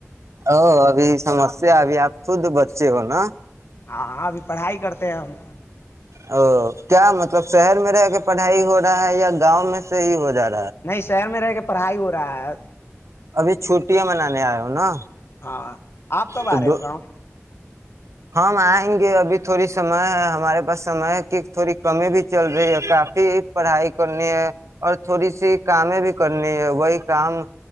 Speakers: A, on the right (about 80°); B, on the left (about 55°).
A: او ابھی سمسیا ا آپ خود بچے ہو نا
B: ہاں ابھی پڑھائی کرتے ہیں ہم
A: او کیا مطلب شہر میں رہ کے پڑھائی ہو ہے یا گاؤں میں سے ہی ہو جاتا
B: نہیں شہر میں رہ کے پڑھائی ہو رہا ہے
A: ابھی چھوٹ کیا منانے آئے ہو نا
B: ہاں آپ کب آ
A: تو
B: رہے ہو گاؤں
A: ہم آئیں گے ابھی تھوڑی سمئے ہے ہمارے پاس سمے کی تھوڑی کمی بھی چل رہی ہے کاف پڑھائی کرنی ہے اور تھوڑی سی کام بھی کرنی ہے وہی کام